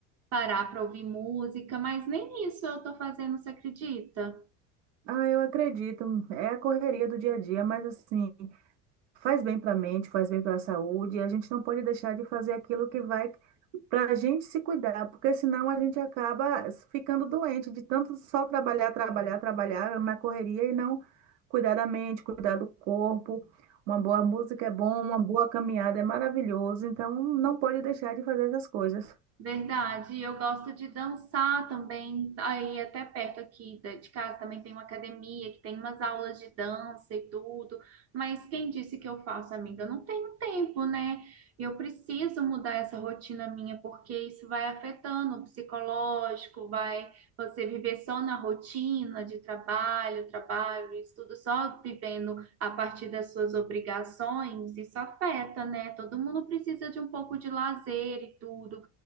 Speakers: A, on the right; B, on the right.
A: parar para ouvir música, mas nem isso eu tô fazendo, você acredita?
B: Ah, eu acredito. É a correria do dia a dia, mas assim, faz bem para a mente, faz bem para a saúde, e a gente não pode deixar de fazer aquilo que vai para a gente se cuidar, porque senão a gente acaba ficando doente de tanto só trabalhar, trabalhar, trabalhar na correria e não cuidar da mente, cuidar do corpo. Uma boa música é bom, uma boa caminhada é maravilhoso, então não pode deixar de fazer essas coisas.
A: Verdade, eu gosto de dançar também. Aí até perto aqui da- de casa também tem uma academia que tem umas aulas de dança e tudo. Mas quem disse que eu faço, amiga? Eu não tenho tempo, né? Eu preciso mudar essa rotina minha porque isso vai afetando o psicológico, vai você viver só na rotina de trabalho, trabalho, estudo, só vivendo a partir das suas obrigações, isso afeta, né? Todo mundo precisa de um pouco de lazer e tudo.